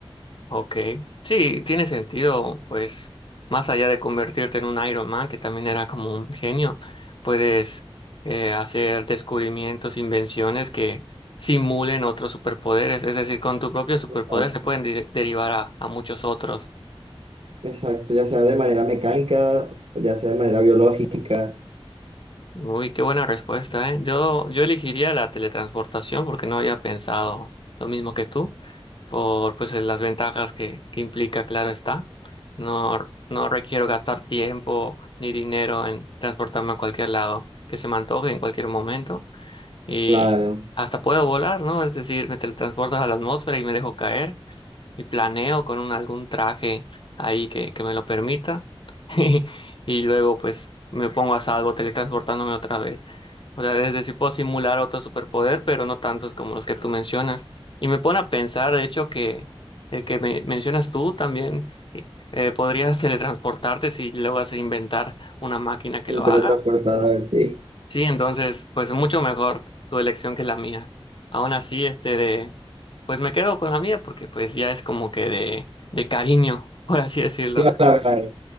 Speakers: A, on the left (about 55°); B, on the right (about 70°).
A: Ok, sí, tiene sentido, pues más allá de convertirte en un Iron Man, que también era como un genio, puedes eh, hacer descubrimientos, invenciones que simulen otros superpoderes, es decir, con tu propio superpoder
B: Exacto.
A: se pueden de- derivar a, a muchos otros.
B: Exacto, ya sea de manera mecánica, ya sea de manera biológica,
A: Uy, qué buena respuesta, ¿eh? Yo, yo elegiría la teletransportación porque no había pensado lo mismo que tú, por pues eh, las ventajas que, que implica, claro está. No, no requiero gastar tiempo ni dinero en transportarme a cualquier lado que se me antoje en cualquier momento. Y
B: claro,
A: hasta puedo volar, ¿no? Es decir, me teletransporto a la atmósfera y me dejo caer y planeo con un, algún traje ahí que, que me lo permita <laughs> y luego pues me pongo a salvo teletransportándome otra vez. O sea, es decir, puedo simular otro superpoder, pero no tantos como los que tú mencionas. Y me pone a pensar, de hecho, que el que me- mencionas tú también eh, podrías teletransportarte si luego vas a inventar una máquina que
B: un
A: lo haga.
B: teletransportador, sí.
A: Sí, entonces, pues mucho mejor tu elección que la mía. Aún así, este de, pues me quedo con la mía porque pues ya es como que de, de cariño, <laughs> por así decirlo.
B: Claro, claro.